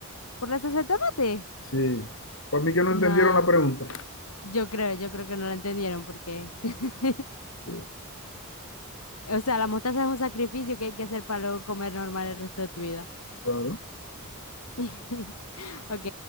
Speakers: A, on the left; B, on the left.
A: ¿Por la salsa de tomate?
B: Sí. Para mí que no
A: No,
B: entendieron la pregunta.
A: yo creo, yo creo que no la entendieron porque... <laughs>
B: Sí,
A: O sea, la mostaza es un sacrificio que hay que hacer para luego comer normal el resto de tu vida.
B: claro.
A: <laughs> Ok,